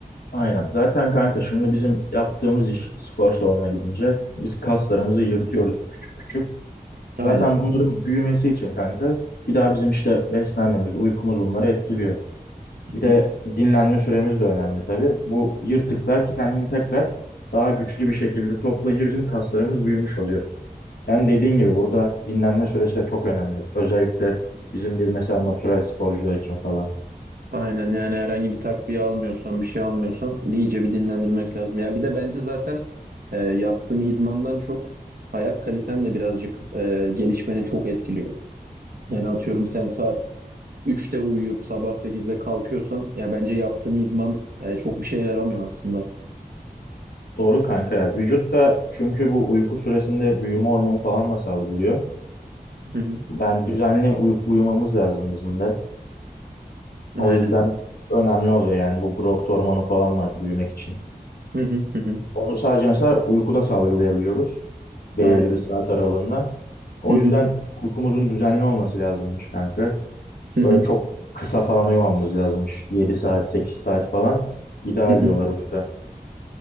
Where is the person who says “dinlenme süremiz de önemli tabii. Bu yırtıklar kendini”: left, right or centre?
Left